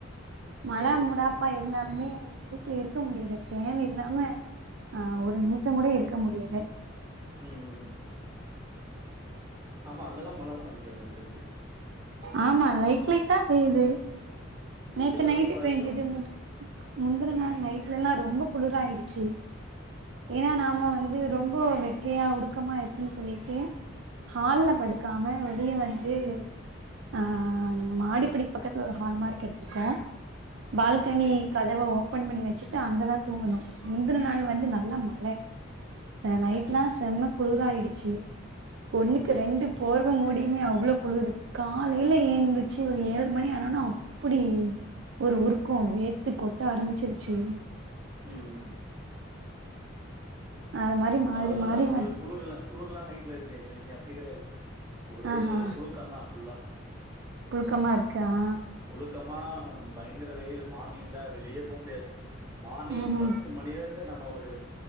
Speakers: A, on the right; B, on the right.
A: மழ
B: ஓ
A: முடாப்பா இருந்தாலு இப்பமே வீட்டுல இருக்க முடியற ஃபேன் இல்லாம ஆ ஒரு நிம்ஸங் கூட இருக்க முடியல
B: உம் ம் ம் ஆமா அங்கல்லா மழதா நெனைக்றே எனக் தெரிஞ்சு
A: ஆமா லைட் லைட்டா பேய்து
B: இங்கெல்லாம்
A: நேத்து நைட்டு்
B: ரொம்ப அதிகம்
A: பெஞ்சிது முந்த் முந்தின
B: ம்
A: நாள் நைட்லல்லா ரொம்போ குளுராயிடுச்சு
B: ஓகே
A: ஏன்னா நாம வந்து ரொம்ப வெக்கையா உருக்கமா இருக்குன்னு சொல்லிட்டு ஹால்ல படுக்காம வெளிய வந்து ஆ நம்ம மாடிப்பிடி பக்கத்தில ஒரு ஹால் மாரி கெட்டிர்க்கோ பால்கனி
B: ஓகே
A: கதவ ஓ ஓப்பன் பண்ணி வச்சுட்டு அங்கதா தூங்குனோ முந்துன நாள் வந்து நல்ல மழ அ நைட்லா
B: ஓகே
A: செம்ம குளுர்ராய் டிச்சி ஒன்னுக்கு
B: ம் ம்
A: ரெண்டு போர்வ மூடி பிமே அவ்ளோ குளுரு காலையில ஏந்துச்சு ஒரு ஏழு மணி ஆனோனா அப்டி ஒரு உருக்கோ வேத்து கொட்ட ஆரம்பிச்சிருச்சி
B: ம் ம்
A: அது மாரி மாறி
B: பரவால்ல
A: மாறி
B: உங்குளுக்கு
A: வ
B: குளூரில்லா குளுர்லா நைட்ல இருக்கு எங்களு இங்க அப்டி கெடையாது ஒரே
A: ஆஹா
B: புழுக்கம் தான் ஃபுல்லா
A: புழுக்கமா இருக்கு ஆ
B: புழுக்கமா பயங்கர வெயிலு மார்னிங்ல வெளியே போக முடியாது மார்னிங்
A: ம்ஹும்
B: பத்து மணில இருந்து நம்ம ஒரு